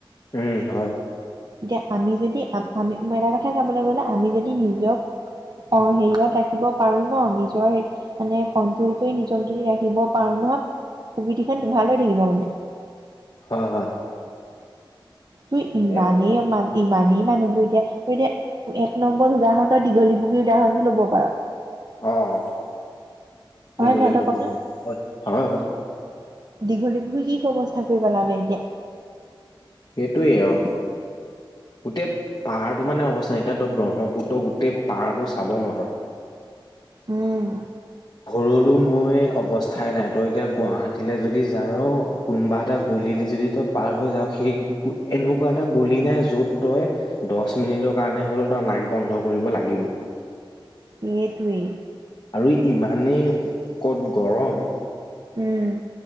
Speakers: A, on the left; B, on the right.
A: উম' হয়।
B: এতিয়া আমি যদি আমি ময় এটা কথা চাবল গ'লে, আমি যদি নিজক- অঁ' হেৰিয়ত ৰাখিব পাৰো ন, নিজৰ সেই- মানে কণ্ট্ৰল কৰি নিজক যদি ৰাখিব পাৰো নহয়, প্ৰকৃতি খন ভাল হৈ থাকিব মানে।
A: হয় হয়।
B: তোৰ ইমানেই
A: এ
B: মান- ইমানেই মানুহবোৰ এতিয়া তই এতিয়া এক নম্বৰ উদাহৰণৰ দীঘলী পুগীৰ উদাহৰণটো ল'ব পাৰ।
A: অঁ' দীঘলী
B: হয় নহয় তই
A: পুখুৰীটো,
B: কচোন
A: হয় হয়।
B: দীঘলী পুখুৰীক কি অৱস্থা কৰি পেলালে এতিয়া?
A: সেইটোৱেই অঁ'। গোটেই পাহাৰ টো মানে অৱস্থা নাই এতিয়া তই ব্ৰহ্মপুত্ৰৰ গোটেই পাহাৰ বোৰ চাব নোৱাৰ।
B: উম'
A: ভৰলো নৈ অৱস্থাই নাই, তই এতিয়া গুৱাহাটীলৈ যদি যাৰ- কোনোবা এটা গলি দি যদি তই পাৰ হৈ যাও, সেই এনেকুৱা এটা গলি নাই য'ত তই- দহ মিনিটৰ কাৰণে হ'লেও তাৰ নাক বন্ধ কৰিব লাগিবই।
B: এইটোৱেই।
A: আৰু ইমানেই উৎকট গৰম-
B: উম'